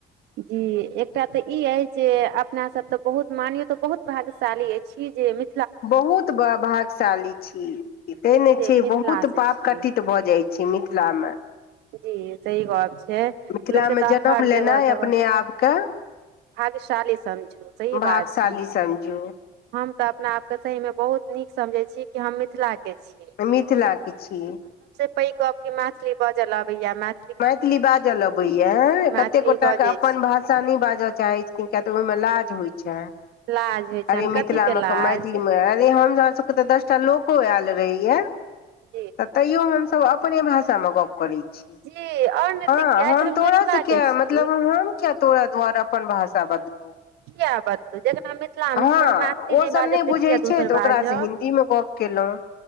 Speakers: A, on the right (about 80°); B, on the left (about 65°).
A: जी! एकटा तऽ ई अइ जे अब अपना सब तऽ बहुत मानियो त बहुत भाग्यशाली एछि जे मि
B: बहुत भागशाली छी। तैने
A: जी
B: छै,
A: मिथिला
B: बहुत
A: से छी
B: पाप कटित भऽ जाइ छै, मिथिला मे।
A: जी सही बात छै,
B: मिथिला
A: लोक के
B: मे
A: तऽ
B: जन्म
A: हर
B: लेनाइ
A: जगह-जगह
B: <unintelligible> के
A: भाग्यशाली समझू सही
B: भाग्यशाली
A: बात छै।
B: समझू
A: हम तऽ अपना आपके सहीमे बहुत नीक समझै छी कि हम मिथलाके छी।
B: मिथला के छी।
A: पैग गप कि मैथली बाजै ल आबैया मे
B: मैथिली बाजल अबैया,
A: मैथिली
B: कते गोटा
A: बजै
B: के अपन
A: छी
B: भाषा नै बाजअ चाहै छ थिन किया ते ओय मे लाज होय छाए।
A: लाज होइ छनि
B: अरे मिथला
A: कथी के
B: मे
A: लाज
B: क मैथिली मे अरे हम जहां से क त दसटा लोको आएल रहैया
A: जी
B: तऽ तैयो हम सब अप अपने भाषा मे गप करै छी,
A: जी आओर ने
B: हां
A: तऽ किया आखिर
B: हम
A: मिथिला
B: तोरो से
A: के
B: किया
A: छी
B: मतलब हम किया तोरा दुआरे अपन भाषा बदलु।
A: कियाए बदलु जखन हम मि थला
B: हँ
A: मे छी तऽ हम मैथिली
B: ओ
A: नै
B: सब
A: बाजब
B: नहि
A: तऽ
B: बुझै
A: किया
B: छै
A: दोसर
B: तऽ
A: बाजब।
B: ओकरा से हिन्दी मे गप केलहुँ